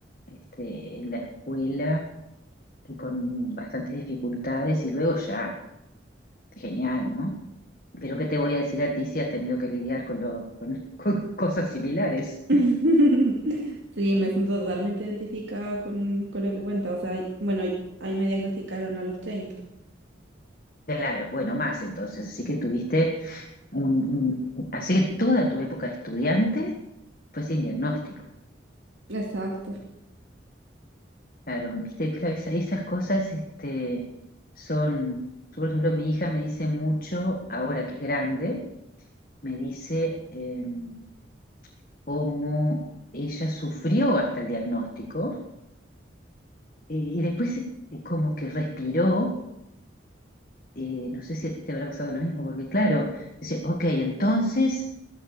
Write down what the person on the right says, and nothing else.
<laughs> Sí, me siento totalmente identificada con, con lo que cuenta. O sea, bueno, ahí me diagnosticaron a los treinta.
Exacto.